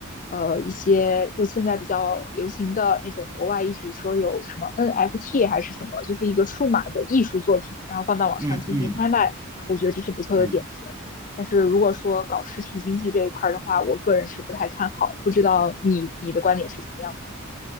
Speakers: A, on the left; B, on the right.
A: 呃一些就现在比较流行的那种国外一直说有什么 NFT 还是什么，就是一个数码的艺术作品，然后放到网上进行拍卖，
B: 嗯嗯
A: 我觉得这是不错的点子。
B: 嗯。
A: 但是如果说搞实体经济这一块儿的话，我个人是不太看好，不知道你你的观点是怎么样的？